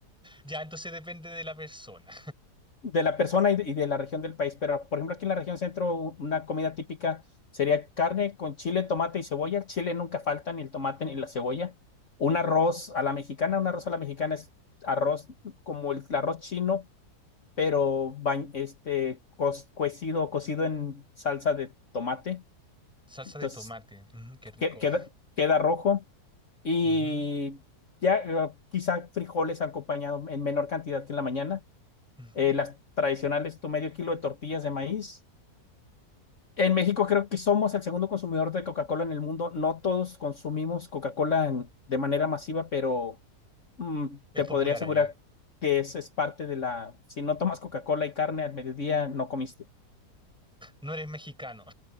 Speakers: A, in the centre; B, on the left (about 50°).
A: ya, entonces depende de la persona.
B: de la persona y de, y de la región del país. Pero, por ejemplo, aquí en la región centro, u- una comida típica sería carne con chile, tomate y cebolla. El chile nunca falta, ni el tomate ni la cebolla. Un arroz a la mexicana, un arroz a la mexicana es arroz como el, el arroz chino, pero bañ- este, cos- cuecido, cocido en salsa de tomate
A: Salsa
B: Entonces,
A: de tomate, ujú, qué rico.
B: que- queda, queda rojo y
A: Ujú,
B: ya eh, quizá frijoles acompañado en menor cantidad que en la mañana.
A: ujú.
B: Eh, las tradicionales, tu medio kilo de tortillas de maíz. En México creo que somos el segundo consumidor de Coca-Cola en el mundo. No todos consumimos Coca-Cola en- de manera masiva, pero mm,
A: Es
B: te
A: popular
B: podría asegurar
A: allá.
B: que es es parte de la... Si no tomas Coca-Cola y carne al mediodía, no comiste.
A: No eres mexicano.